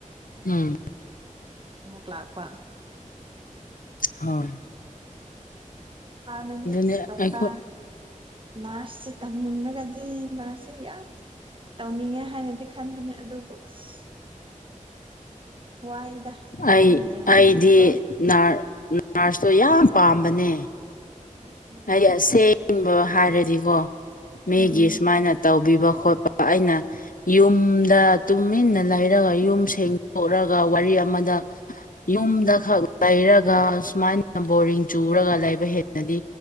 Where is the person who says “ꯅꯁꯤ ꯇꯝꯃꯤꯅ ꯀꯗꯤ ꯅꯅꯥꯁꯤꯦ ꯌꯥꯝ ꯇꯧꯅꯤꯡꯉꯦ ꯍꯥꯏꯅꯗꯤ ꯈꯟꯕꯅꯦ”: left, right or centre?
Right